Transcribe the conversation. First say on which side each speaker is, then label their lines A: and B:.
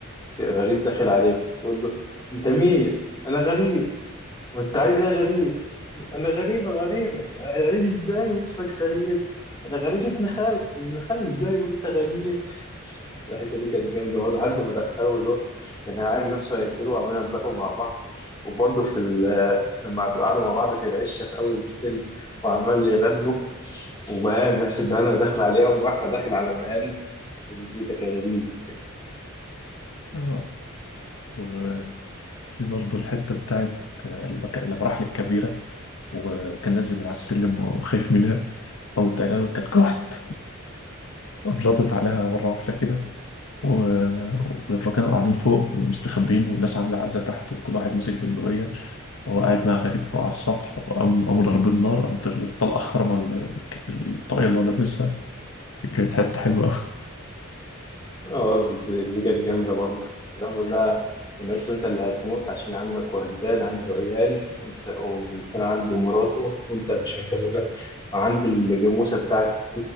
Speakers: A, on the left; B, on the left.
A: غريب داخل عليه بيقول له انت مين؟ انا غريب وانت عايز ايه يا غريب؟ انا غريب يا غريبك غريب ازاي واسمك غريب؟ انا غريب ابن خال ابن خال ازاي وانت غريب؟ الحته دي كانت جامده برضه لحد ما دخلوا اللي هو كان عامل نفسه هيقتله وعمالين يهزقوا مع بعض وبرضه في ال- لما قعدوا مع بعض في العشه في اول الفيلم وعمال يغنوا وبهان بيحسب بهان اللي داخل عليها وراح داخل على بهان بيتك يا غريب
B: آه. وفي برضه الحتة بتاعت آه، لما ك- لما راح للكبيرة وكان نازل من على السلم وخايف منها قامت قايله له كانت كحت قلطت عليها مرة واحدة كده و- فكانوا قاعدين فوق مستخبين والناس عاملة عزا تحت وكل واحد ماسك بندقية وهو قاعد مع غريب فوق على السطح وقام قاموا ضاربين نار قامت الطلقة خرمة ال- الطاقية اللي هو لابسها كانت حتة حلوة أوي
A: اه بس دي دي كانت جامدة برضه لما بقول لها لما قلت له انت اللي هتموت عشان عمك وهدان عنده عيال وانت وكان عنده مراته وانت مش مكملة وعنده الجاموسة بتاعتي